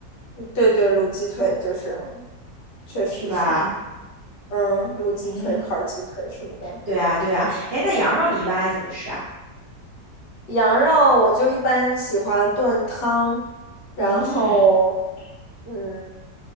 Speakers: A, on the left; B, on the right.
A: 对对，卤鸡腿就是，确实是，
B: 是吧？
A: 嗯，卤鸡腿、
B: 嗯，
A: 烤鸡腿什么的。
B: 对啊，对啊。哎，那羊肉你一般爱怎么吃啊？
A: 羊肉我就一般喜欢炖汤，然后
B: 嗯。
A: 嗯，